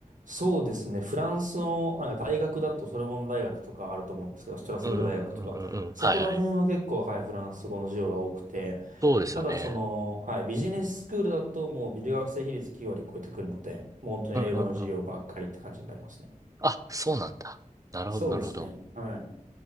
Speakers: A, on the right; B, on the right.
A: そうですね。フランスの、なんか大学だと、ソルボン大学とかあると思うんですけど、ストラスブール大学とか、
B: うんうんうんうんうんうん。
A: そこら辺は結構、
B: はいはい。
A: はい、フランス語の授業が多くて、
B: そうですよね。
A: ただその、はい、ビジネススクールだともう留学生比率9割超えてくるので、もう本当に英語の授業ばっかりって感じになりますね。
B: うんうんうん。あ、そうなんだ。なるほど、
A: そうですね。
B: なるほど。
A: はい。